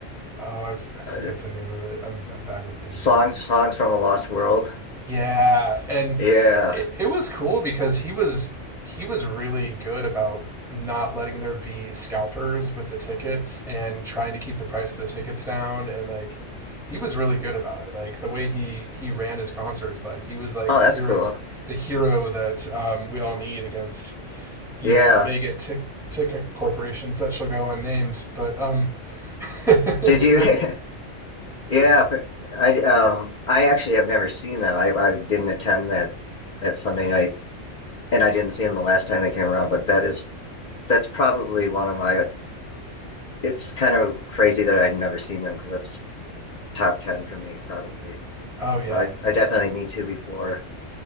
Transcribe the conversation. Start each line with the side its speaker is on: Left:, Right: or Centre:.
Centre: Oh, I, f- I forget
Left: uh,
Centre: the name of it. I'm, I'm bad with names
Left: songs
Centre: of
Left: songs from a lost world.
Centre: Yeah, and
Left: Yeah.
Centre: it, it was cool because he was he was really good about not letting there be scalpers with the tickets and trying to keep the price of the tickets down and like he was really good about it like the way he he ran his concerts like he was like
Left: Oh,
Centre: the
Left: that's
Centre: hero
Left: cool.
Centre: the hero that um, we all need against evil
Left: Yeah.
Centre: mega tick ticket corporations that shall go unnamed but um <laughs> it
Left: Did you?
Centre: was,
Left: <laughs> Yeah.
Centre: yeah
Left: but I um I actually have never seen them. I I didn't attend that that Sunday night, and I didn't see them the last time they came around. But that is that's probably one of my. It's kind of crazy that I'd never seen them because that's top ten for me probably.
Centre: oh
Left: So
Centre: yeah
Left: I I definitely need to before.